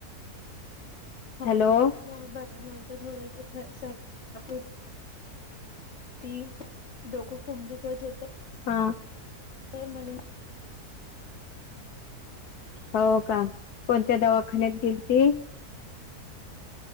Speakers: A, on the left; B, on the left.
A: हो
B: हॅलो
A: बरं न तर थोडंस सर्दी, ती डोकं खूप दुखत होत.
B: हा
A: म्हणून
B: हो, का, कोणत्या दवाखान्यात गेलती?